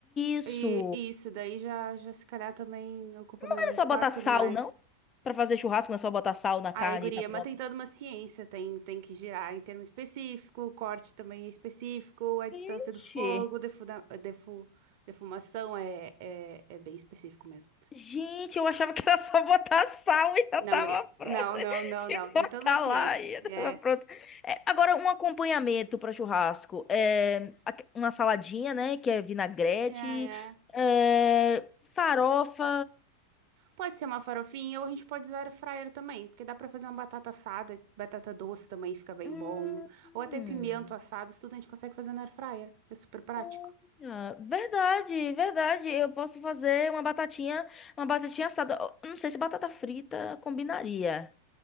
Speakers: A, on the left; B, on the right.
A: Isso!
B: E e isso, daí já, já se calhar também ocupa
A: Mas
B: menos
A: não é
B: espaço
A: só botar
B: e
A: sal,
B: tudo mais.
A: não? Pra fazer churrasco não é só botar sal na
B: Aí,
A: carne
B: guria,
A: e tá pronto.
B: mas tem toda uma ciência, tem, tem que girar em termo específico, o corte também é específico, a distância
A: Vixe!
B: do fogo, defuda, defu, defumação é, é, é bem específico mesmo.
A: Gente, eu achava que era só botar sal e já
B: Não,
A: tava
B: guria.
A: pronto.
B: Não, não, não,
A: <laughs> E
B: não. Tem
A: botar
B: toda uma ciência.
A: lá e já
B: É,
A: tava pronto. É, agora, um acompanhamento para churrasco. É, aque- uma saladinha, né? Que é vinagrete.
B: é, é.
A: É, farofa.
B: Pode ser uma farofinha ou a gente pode usar air fryer também, porque dá pra fazer uma batata assada, batata doce também fica bem
A: Hum,
B: bom, ou até pimento assado, isso tudo a gente consegue fazer na air fryer. É super prático.
A: olha, verdade, verdade. Eu posso fazer uma batatinha, uma batatinha assada. Eu Não sei se batata frita combinaria.